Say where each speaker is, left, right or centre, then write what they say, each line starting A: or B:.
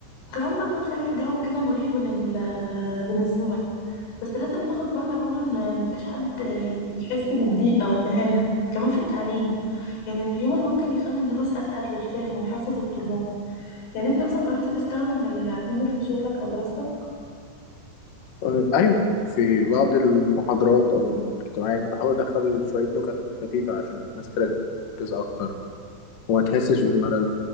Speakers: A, on the left; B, on the left.
A: وكمان برضو نخلي الجو كده مريح بين ال آه، بين الزملاء بس لازم ناخد بالنا برضو ان مفيش حد يحس بالضيق او الاهانة كمان في التعليم يعني الهيومر ممكن يخلي الدروس اسهل في الفهم ويحفز الطلاب يعني انت مثلا جربت تستخدم الهيومر في شغلك او دراستك
B: آه، ايوه في بعض المحاضرات او الاجتماعات بحاول ادخل شويه نكت خفيفه عشان الناس تركز اكتر وما تحسش بالملل